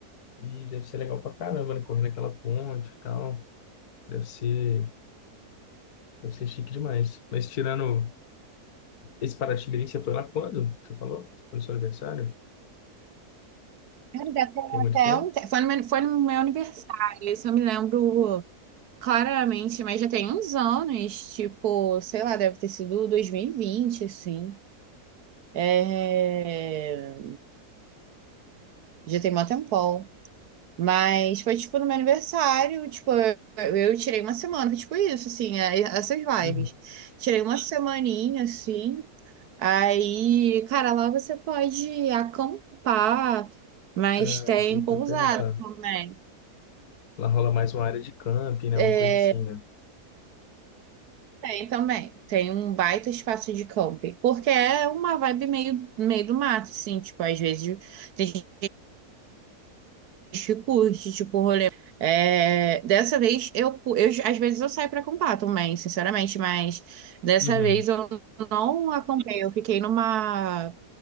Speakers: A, on the left (about 75°); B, on the right (about 75°).
A: E deve ser legal pra caramba, né? Correndo aquela ponte e tal. Deve ser, deve ser chique demais. Mas tirando esse Paraty-Mirim, você foi lá quando? Você falou? Foi no seu aniversário?
B: Cara, já tem
A: Tem muito
B: até
A: tempo?
B: um te- Foi no meu, foi no meu aniversário, isso eu me lembro claramente, mas já tem uns anos, tipo, sei lá, deve ter sido 2020 assim. É... Já tem mó tempão. Mas foi, tipo, no meu aniversário, tipo, eu, eu tirei uma semana, tipo, isso, assim, é- é, essas vibes.
A: Uhum.
B: Tirei uma semaninha, assim, aí, cara, lá você pode acampar, mas
A: Ah,
B: tem
A: isso aí que
B: pousada
A: eu ia perguntar.
B: também.
A: Lá rola mais uma área de camping, né?
B: É,
A: Uma coisa assim, né?
B: tem também, tem um baita espaço de camping, porque é uma vibe meio, meio do mato, assim, tipo, às vezes tem gente que curte, tipo, É, dessa vez eu, eu às vezes eu saio para comprar também, sinceramente, mas dessa
A: Uhum.
B: vez eu não acompanhei, eu fiquei numa